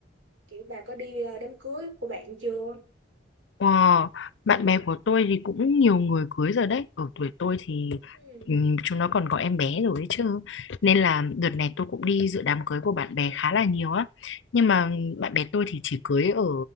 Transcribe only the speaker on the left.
Wow, bạn bè của tôi thì cũng nhiều người cưới rồi đấy. Ở tuổi tôi thì
ừm, chúng nó còn có em bé rồi ấy chứ. Nên là đợt này tôi cũng đi dự đám cưới của bạn bè khá là nhiều á. Nhưng mà bạn bè tôi thì chỉ cưới ở